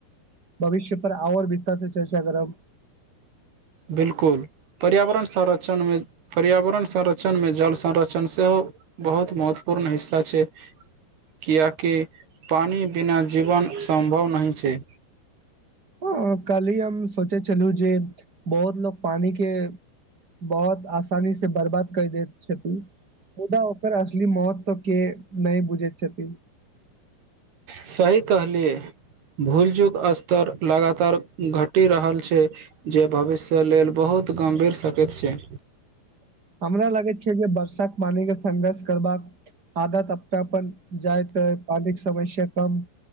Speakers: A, on the right (about 25°); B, on the right (about 85°).
A: भविष्य पर आओर विस्तार से चर्चा करब
B: बिलकुल पर्यावरण संरक्षण पर्यावरण संरक्षण मे जल संरक्षण सेहो बहुत महत्वपूर्ण हिस्सा छै कियकि पानि बिना जीवन सम्भव नहि छै
A: <unintelligible> काली हम सोचे छलहु जे बहुत लोग पानी के बहुत आसानी से बर्बाद क दैत छथि मुदा ओकर महत्व के नहि बुझैत छथि
B: सही कहलियै भूल चुक स्तर लगातार घटि रहल छै जे भविष्य लेल बहुत बहुत गम्भीर सकेैत छै
A: <unintelligible> हमरा लागैत छै जे वर्षाक पानी के संघर्ष करबाक आदत अपनापन जाइत तऽ पानिक समस्या कम